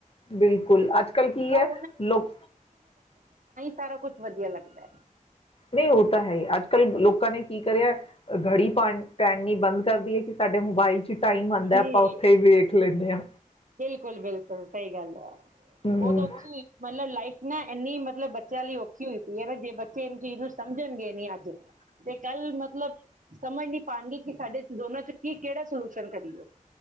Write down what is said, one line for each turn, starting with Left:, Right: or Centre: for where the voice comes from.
Left: ਬਿਲਕੁਲ, ਅੱਜ ਕੱਲ ਕੀ
Right: ਪਰ
Left: ਐ। ਲੋਕ
Right: ਕਰ ਕੁੱਝ ਵਧੀਆ ਲੱਗਦਾ ਐ।
Left: ਨਹੀਂ ਉਹ ਤਾਂ ਹੈ ਹੀ ਅੱਜ ਕੱਲ ਲੋਕਾਂ ਨੇ ਕੀ ਕਰਿਆ ਘੜੀ ਪਾਣੀ ਚ ਪੈ ਨੀਬੰਦ ਕਰਦੀਏ ਕਿ ਸਾਡੇ ਮੋਬਾਈਲ ਚ ਟਾਈਮ ਆਂਦਾ
Right: ਜੀ
Left: ਆਪਾਂ ਉੱਥੇ ਵੇਖ ਲੈਣੇ ਆਂ।
Right: ਬਿਲਕੁਲ, ਬਿਲਕੁਲ ਸਹੀ ਗੱਲ ਆ।
Left: ਹੂੰ
Right: ਬਹੁਤ ਔਖੀ ਮਤਲਬ ਲਾਈਫ ਨਾ ਇੰਨੀ ਮ ਬੱਚਿਆਂ ਲਈ ਔਖੀ ਹੋਈ ਪਈ ਏ ਨਾ ਜੇ ਬੱਚੇ ਇਹਨ ਚੀਜ਼ ਨੂੰ ਸਮਝਣਗੇ ਨੀ ਅੱਜ। ਤੇ ਕੱਲ ਮਤਲਬ ਸਮਝ ਨਹੀਂ ਪਾਣਗੀ ਕਿ ਸਾਡੇ ਦੋਨਾਂ ਚ ਕੀ ਕਿਹੜੇ ਸ਼ਰਨ ਕਰ ਦੀਓ